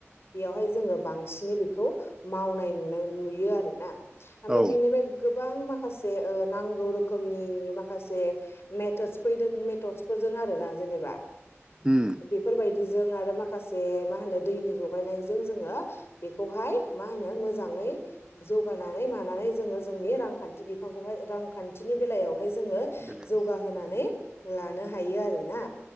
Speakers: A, on the left; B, on the right.
A: बेयावहाय जोङो बांसिनै बेखौ मावनाय नुनाय नुयो आरोना। आमफाय
B: औ
A: बेनिफाय गोबां माख माखासे ओ नांगौ रोखोमनि माखासे मेथदस फैदों मेथदसफोरजों आरोना जेनेबा।
B: उम
A: बेफोरबायदिजों आरो माखासे मा होनो दैनि जगायनायजों जोङो बेखौहाय मा होनो मोजाङै जौगानानै मानानै जोङो जोंनि रांखान्थि बि बिफांखौहाय रांखान्थिनि बेलायावहाय जोङो
B: बेलायाव
A: जौगाहोनानै लानो हायो आरोना